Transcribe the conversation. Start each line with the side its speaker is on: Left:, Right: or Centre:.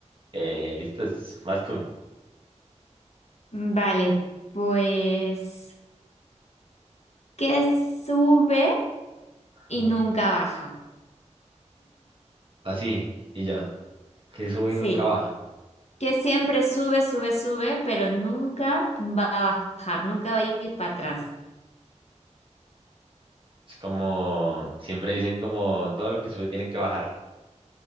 Right: Eh, ¿listos? Vas tú.
Left: Mm, Vale, pues, ¿qué sube
Right: Ah,
Left: y nunca baja?
Right: así, y ya. Que sube
Left: Sí.
Right: y nunca baja.
Left: que siempre sube, sube, sube, pero nunca va a bajar, nunca va a ir para atrás.
Right: Es como, siempre dicen como todo lo que sube tiene que bajar.